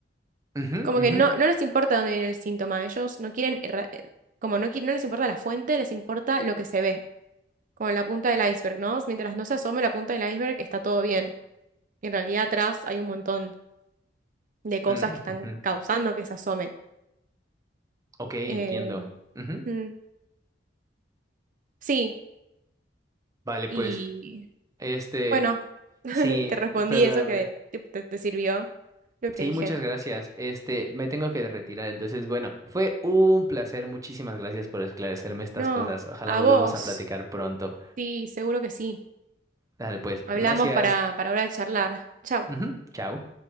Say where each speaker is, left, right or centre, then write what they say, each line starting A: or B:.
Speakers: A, on the right (about 20°); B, on the right (about 45°).
A: ujú,
B: Como
A: ujú,
B: que no, no les importa dónde viene el síntoma, ellos no quieren, erra- eh, como no, qui- no les importa la fuente, les importa lo que se ve, como la punta del iceberg, ¿no? Mientras no se asome la punta del iceberg, está todo bien. Y en realidad atrás hay un montón de cosas
A: mm,
B: que están
A: ujú.
B: causando que se asome.
A: Ok, entiendo.
B: Eh,
A: Ujú.
B: mm, sí,
A: Vale,
B: y
A: pues, este,
B: bueno, <laughs>
A: sí,
B: te respondí
A: perdóname.
B: eso que te, te- te sirvió lo que
A: Sí,
B: dije.
A: muchas gracias. Este, me tengo que retirar. Entonces, bueno, fue un placer. Muchísimas gracias por esclarecerme estas
B: No,
A: cosas. Ojalá
B: a
A: volvamos
B: vos,
A: a platicar pronto.
B: sí, seguro que sí.
A: Dale, pues,
B: Hablamos
A: gracias.
B: para, para ahora de charlar. Chau.
A: Ujú, Chao.